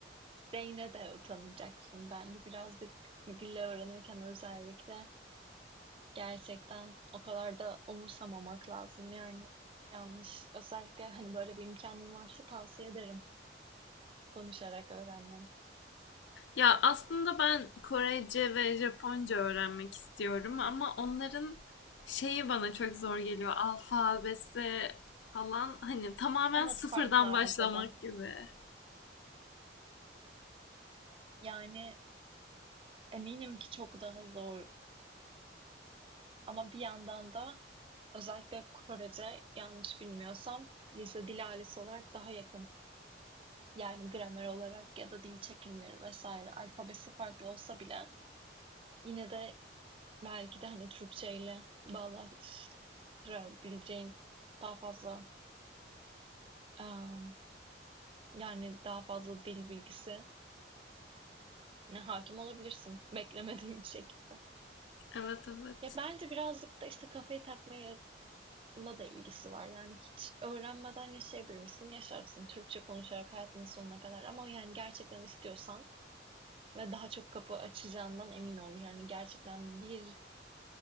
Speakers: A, on the right; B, on the left.
A: şeyine de utanacaksın. Bence birazcık dil öğrenirken özellikle Gerçekten o kadar da umursamamak lazım yani yanlış. Özellikle hani böyle bir imkanın varsa tavsiye ederim konuşarak öğrenmeni.
B: Ya aslında ben Korece ve Japonca öğrenmek istiyorum ama onların şeyi bana çok zor geliyor. Alfabesi falan hani tamamen
A: Evet
B: sıfırdan
A: farklı alfabe.
B: başlamak gibi.
A: Yani eminim ki çok daha zordur. Ama bir yandan da özellikle Korece yanlış bilmiyorsam lise dil ailesi olarak daha yakın. Yani gramer olarak ya da dil çekimleri vesaire alfabesi farklı olsa bile yine de belki de hani Türkçeyle bağlaştırabileceğin daha fazla em, yani daha fazla dil bilgisi ne hakim olabilirsin <laughs> beklemediğin bir şekilde.
B: Evet evet.
A: Ya bence birazcık da işte kafayı takmayla da ilgisi var. Yani hiç öğrenmeden yaşayabilir misin? Yaşarsın Türkçe konuşarak hayatının sonuna kadar ama yani gerçekten istiyorsan ve daha çok kapı açacağından emin ol. Yani gerçekten bir